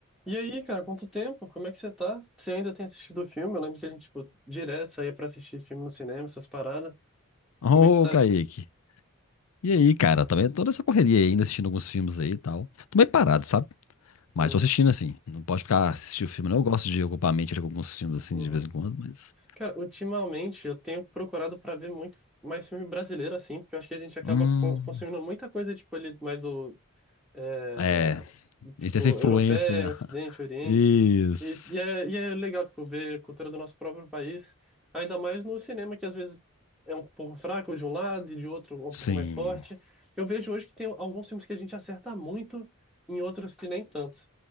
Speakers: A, in the centre; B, on the left (about 75°).
A: E aí, cara, quanto tempo? Como é que você tá? Você ainda tem assistido o filme? Eu lembro que a gente, tipo, direto saía pra assistir filme no cinema, essas paradas.
B: Ô,
A: Como é que tá?
B: Kaique. E aí, cara? Também toda essa correria aí, ainda assistindo alguns filmes aí e tal. Tô meio parado, sabe? Mas
A: Uhum,
B: tô assistindo assim. Não pode ficar assistindo filme, não. Eu gosto de ocupar a mente ali com alguns filmes assim
A: uhum.
B: de vez em quando, mas.
A: Cara, ultimamente eu tenho procurado pra ver muito mais filme brasileiro, assim, porque eu acho que a gente acaba
B: Hum.
A: con- consumindo muita coisa, tipo, ali mais do, é,
B: É. A
A: tipo,
B: gente tem essa influência.
A: europeia, Ocidente,
B: <laughs>
A: Oriente.
B: Isso.
A: E, e, é, e é legal, tipo, ver a cultura do nosso próprio país, ainda mais no cinema, que às vezes é um pouco fraco de um lado e de outro um
B: Sim.
A: pouco mais forte. Eu vejo hoje que tem alguns filmes que a gente acerta muito em outros que nem tanto.